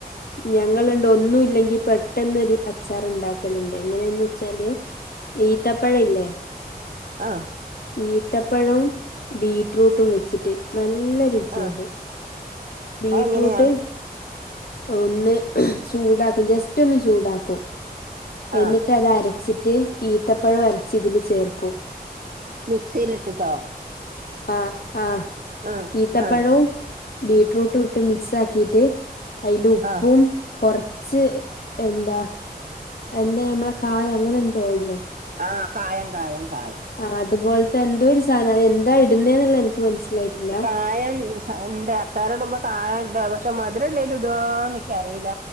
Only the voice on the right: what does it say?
ആഹ്
ആ
അതെങ്ങനെയാ
ആ
മിക്സില് ഇട്ടിട്ടോ?
ആ
ആ
ആ
ആഹ് കായം കായം കായം.
കായം ഉണ്ട്. അച്ചാറ് ഇടുമ്പോ കായം ഇടോ. പക്ഷെ മധുരം ഉള്ളേല് ഇടുവോന്ന് എനിക്ക് അറിയില്ല.